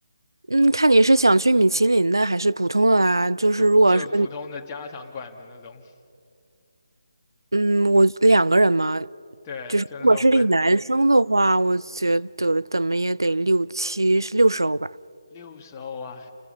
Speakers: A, on the right (about 85°); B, on the left (about 20°).
A: 嗯，看你是想去米其林的还是普通的啊？就是如果是
B: 就就普通的家常馆子那种，
A: 嗯，我两个人嘛，
B: 对，
A: 就是如果是一男生的话，
B: 就那种本
A: 我觉得怎么也得六七，是六十欧吧。
B: 六十欧啊，